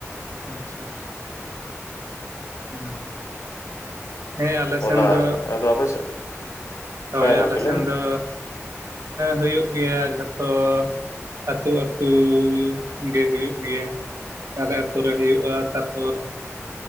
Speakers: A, on the right; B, on the left.
A: ᱟᱪᱪᱷᱟ ᱦᱩᱸᱦᱩ ᱦᱮ ᱟᱞᱮ
B: ᱚᱱᱟᱜᱮ
A: ᱥᱮᱱ ᱫᱚ
B: ᱟᱫᱚ ᱟᱯᱮ ᱥᱮᱫ
A: ᱦᱳᱭ
B: ᱦᱮᱸ
A: ᱟᱞᱮ
B: ᱜᱚᱝᱠᱮ
A: ᱥᱮᱱ
B: ᱞᱟᱹᱭ ᱢᱮ
A: ᱫᱚ ᱦᱩᱭᱩᱜ ᱜᱮᱭᱟ ᱡᱷᱚᱛᱚ ᱟᱹᱛᱩ ᱟᱹᱛᱩ ᱜᱮ ᱦᱩᱭᱩᱜ ᱜᱮᱭᱟ ᱟᱞᱮ ᱟᱛᱩᱨᱮ ᱦᱩᱭᱩᱜᱼᱟ ᱛᱟᱨᱯᱚᱨ